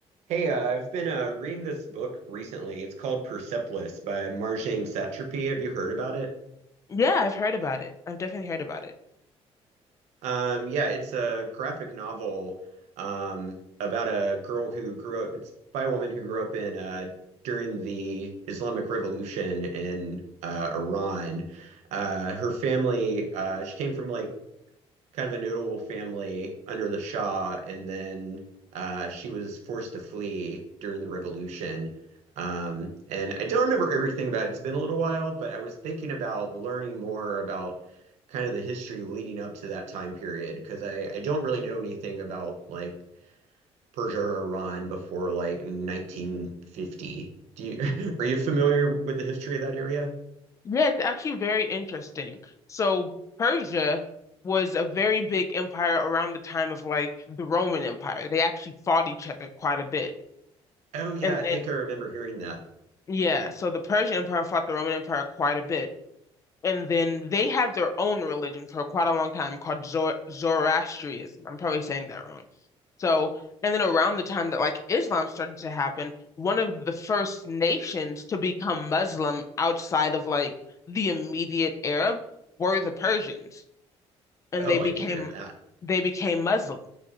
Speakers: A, on the right; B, on the left.
A: Hey, uh, I've been uh, reading this book recently. It's called Persepolis by Marjane Satrapi. Have you heard about it?
B: Yeah, I've heard about it. I've definitely heard about it.
A: Um, yeah, it's a graphic novel um, about a girl who grew up. It's by a woman who grew up in uh, during the Islamic Revolution in uh, Iran. Uh, her family, uh, she came from like kind of a notable family under the Shah, and then uh, she was forced to flee during the revolution. Um, and I don't remember everything about it. It's been a little while, but I was thinking about learning more about kind of the history leading up to that time period because I, I don't really know anything about like Persia or Iran before like 1950. Do you, <laughs> are you familiar with the history of that area?
B: Yeah, it's actually very interesting. So Persia was a very big empire around the time of like the Roman Empire. They actually fought each other quite a bit.
A: Oh yeah,
B: And
A: I
B: then,
A: think I remember hearing that.
B: yeah, so the Persian Empire fought the Roman Empire quite a bit. and then they had their own religion for quite a long time called Zoroastrianism. I'm probably saying that wrong. So, and then around the time that like Islam started to happen, one of the first nations to become Muslim outside of like the immediate Arab were the Persians, and
A: Oh,
B: they became
A: I didn't know that.
B: they became Muslim.